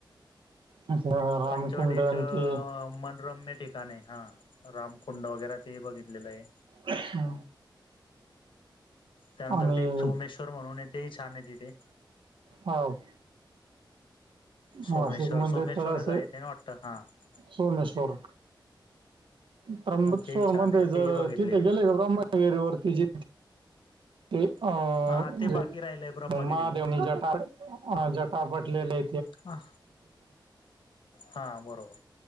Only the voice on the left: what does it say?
पंचवटी
एक
मनोरम्य ठिकाणे हा, राम कुंड वगैर. ते बघितलेलं आहे.
त्यानंतर
ते एक सोमेश्वर म्हणून आहे तेही छान आहे तिथे.
सोमेश्वर सोमेश्वरच
आहे ते ना वाटतं हा हा,
तेही छान
आहे तेही
बघितलेले
हा ते
बाकी राहिलंय ब्रह्मगिरी
हा, हा बरोबर,